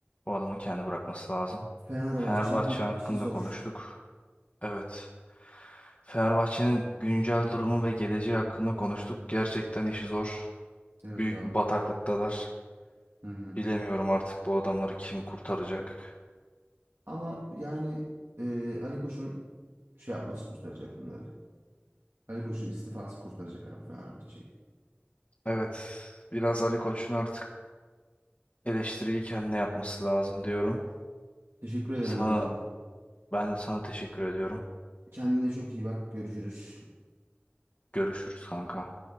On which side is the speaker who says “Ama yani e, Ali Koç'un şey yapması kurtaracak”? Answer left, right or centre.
Right